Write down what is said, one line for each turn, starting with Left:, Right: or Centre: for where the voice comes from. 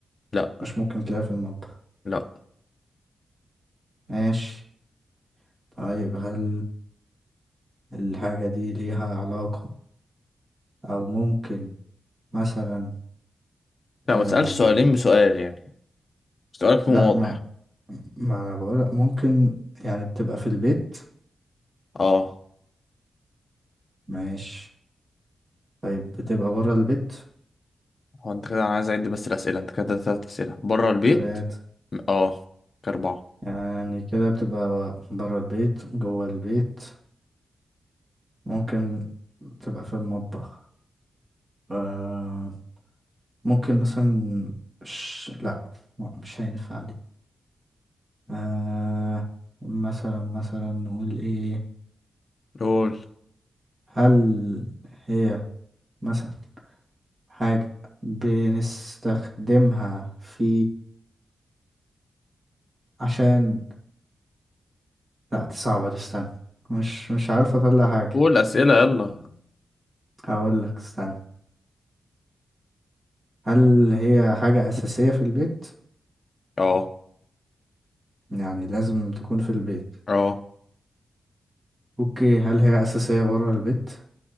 Left: لا
Right: مش ممكن تلاقيها في المطبخ
Left: لا
Right: ماشي طيب هل الحاجة دي ليها علاقة او ممكن مثلا
Left: لا
Right: آم...
Left: ما تسألش سؤالين بسؤال يعني سؤالك يكون
Right: لا
Left: واضح
Right: ما ما انا بقول لك ممكن يعني بتبقى في البيت
Left: اه
Right: ماشي طيب بتبقى بره البيت
Left: هو انت كده انا عايز اعد بس الأسئلة انت كده تلات أسئلة بره البيت
Right: تلاتة
Left: م- اه كأربعة
Right: يعني كده بتبقى بره البيت جوه البيت ممكن تبقى في المطبخ آه ممكن مثلا ش... لا لا، مش هينفع دي آه مثلا مثلا نقول ايه
Left: قول
Right: هل هي مثلا حاجة بنستخدمها في عشان لا دي صعبة دي استنى مش مش عارف اطلع حاجة
Left: قول أسئلة يلا
Right: هقول لك استنى هل هي حاجة أساسية في البيت
Left: اه
Right: يعني لازم تكون في البيت
Left: اه
Right: اوكي هل هي أساسية برا البيت